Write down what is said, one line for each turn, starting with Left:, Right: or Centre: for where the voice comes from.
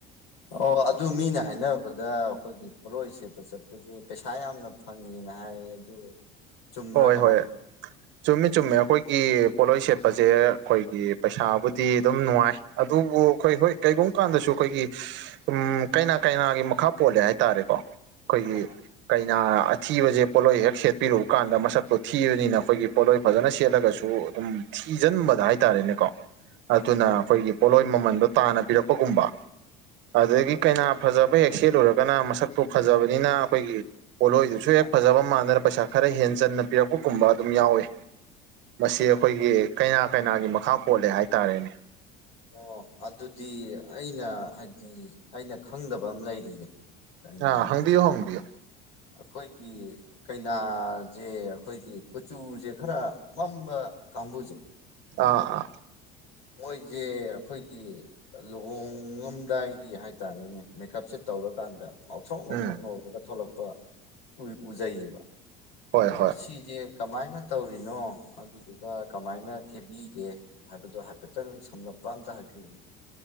Left: ꯑꯣ ꯑꯗꯨ ꯃꯤꯅ ꯍꯥꯏꯔꯕꯗ ꯑꯩꯈꯣꯏꯒꯤ ꯄꯣꯠꯂꯣꯏ ꯁꯦꯠꯄ ꯆꯠꯄꯁ ꯄꯩꯁꯥ ꯌꯥꯝꯅ ꯐꯪꯉꯦꯅ ꯍꯥꯏ ꯍꯥꯏ ꯑꯗꯨ ꯆꯨꯝꯕ꯭ꯔꯥ
Right: ꯍꯣꯏ
Left: ꯀꯃꯥꯏꯅ
Right: ꯍꯣꯏ ꯆꯨꯝꯃꯤ ꯆꯨꯝꯃꯦ ꯑꯩꯈꯣꯏꯒꯤ ꯄꯣꯠꯂꯣꯏ ꯁꯦꯠꯄꯁꯦ ꯑꯩꯈꯣꯏꯒꯤ ꯄꯩꯁꯥꯕꯨꯗꯤ ꯑꯗꯨꯝ ꯅꯨꯡꯉꯥꯏ ꯑꯗꯨꯕꯨ ꯑꯩꯈꯣꯏ ꯍꯣꯏ ꯀꯩꯒꯨꯝꯕ ꯀꯥꯟꯗꯁꯨ ꯑꯩꯈꯣꯏꯒꯤ ꯎꯝ ꯀꯩꯅꯥ ꯀꯩꯅꯥꯒꯤ ꯃꯈꯥ ꯄꯣꯜꯂꯦ ꯍꯥꯏꯇꯥꯔꯦꯀꯣ ꯑꯩꯈꯣꯏꯒꯤ
Left: ꯑꯥ
Right: ꯀꯩꯅ ꯑꯊꯤꯕꯁꯦ ꯄꯣꯠꯂꯣꯏ ꯍꯦꯛ ꯁꯦꯠꯄꯤꯔꯛꯎ ꯀꯀꯥꯟꯗ ꯃꯁꯛꯇꯨ ꯊꯤꯕꯅꯤꯅ ꯑꯩꯈꯣꯏꯒꯤ ꯄꯣꯠꯂꯣꯏ ꯐꯖꯅ ꯁꯦꯠꯂꯒꯁꯨ ꯑꯗꯨꯝ ꯊꯤꯖꯤꯟꯕꯗ ꯍꯥꯏꯇꯥꯥꯔꯦꯅꯦꯀꯣ ꯑꯗꯨꯅ
Left: ꯑꯥ ꯑꯥ
Right: ꯑꯩꯈꯣꯏꯒꯤ ꯄꯣꯠꯂꯣꯏ ꯃꯃꯟꯗꯣ ꯇꯥꯟꯅ ꯄꯤꯔꯛꯄꯒꯨꯝꯕ ꯑꯗꯒꯤ ꯀꯩꯅꯥ ꯐꯖꯕ ꯍꯦꯛ ꯁꯦꯠꯂꯨꯔꯒꯅ ꯃꯁꯛꯇꯨ ꯐꯖꯕꯅꯤꯅ ꯑꯩꯈꯣꯏꯒꯤ ꯄꯣꯠꯂꯣꯏꯗꯨꯁꯨ ꯍꯦꯛ
Left: ꯑꯥ
Right: ꯐꯖꯕ
Left: ꯃꯥꯅꯦ
Right: ꯃꯥꯟꯗꯅ ꯄꯩꯁꯥ ꯈꯔ ꯍꯦ ꯆꯟꯅ ꯄꯤꯔꯛꯄꯒꯨꯝꯕ ꯑꯗꯨꯝ ꯌꯥꯎꯏꯤ ꯃꯁꯤ
Left: ꯑꯥ
Right: ꯑꯩꯈꯣꯏꯒꯤ ꯀꯩꯅꯥ ꯀꯩꯅꯥꯒꯤ ꯃꯈꯥ ꯄꯣꯜꯂꯦ ꯍꯥꯏꯇꯥꯔꯦꯅꯦ
Left: ꯑꯣ ꯑꯗꯨꯗꯤ ꯑꯩꯅ ꯍꯥꯏꯗꯤ ꯑꯩꯅ ꯈꯪꯗꯕ ꯑꯃ ꯂꯩꯔꯤꯌꯦ ꯀꯩꯅꯥꯒꯤꯁꯦ
Right: ꯑ ꯍꯪꯕꯤꯌꯣ ꯍꯪꯕꯤꯌꯣ
Left: ꯑꯩꯈꯣꯏꯒꯤ ꯀꯩꯅꯥꯁꯦ ꯑꯩꯈꯣꯏꯒꯤ ꯀꯆꯨꯁꯦ ꯈꯔ ꯃꯝꯕ ꯀꯥꯡꯕꯨꯖꯦ
Right: ꯑꯥ ꯑꯥ
Left: ꯃꯣꯏꯁꯦ ꯑꯩꯈꯣꯏꯒꯤ ꯂꯨꯍꯣꯡꯉꯝꯗꯥꯏꯒꯤ ꯍꯥꯏꯇꯥꯔꯦꯅꯦ ꯃꯦꯀꯞꯁꯦ ꯇꯧꯔꯀꯥꯟꯗ ꯉꯥꯎꯊꯣꯛ ꯉꯥꯎꯊ꯭ꯔꯣꯛ
Right: ꯎꯝ
Left: ꯉꯧꯔꯒ ꯊꯣꯛꯂꯛꯄ ꯎꯖꯩꯌꯦꯕ
Right: ꯍꯣꯏ
Left: ꯑꯗ
Right: ꯍꯣꯏ
Left: ꯁꯤꯁꯦ ꯀꯃꯥꯏꯅ ꯇꯧꯔꯤꯅꯣ ꯑꯗꯨꯗꯨꯒ ꯀꯃꯥꯏꯅ ꯈꯦꯕꯤꯒꯦ ꯍꯥꯏꯕꯗꯣ ꯍꯥꯏꯐꯦ ꯍꯥꯢꯐꯦꯠꯇꯪ ꯁꯝꯂꯞꯄ ꯑꯝꯇ ꯍꯥꯏꯕꯤꯌꯨꯅꯦ